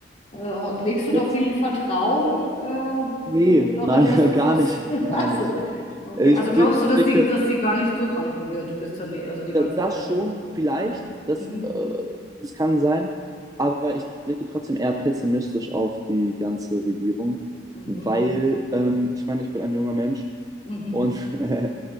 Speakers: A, on the left; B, on the right.
A: äh, legst du da
B: jetzt?
A: viel Vertrauen äh,
B: Nee,
A: äh, darin,
B: nein,
A: dass das
B: <laughs> gar
A: jetzt.
B: nicht,
A: <laughs>
B: gar
A: Also,
B: nicht.
A: okay.
B: Ich,
A: Also glaubst
B: ich
A: du, dass
B: blicke,
A: die, dass die gar nicht durchhalten wird, bis zur, nä- also die
B: da-
A: ganze.
B: das schon vielleicht,
A: Ja.
B: das,
A: Mhm,
B: äh, das kann sein, aber ich blicke trotzdem eher pessimistisch auf die ganze Regierung,
A: mhm,
B: weil ähm, ich meine, ich bin ein junger Mensch
A: mhm.
B: und, <laughs>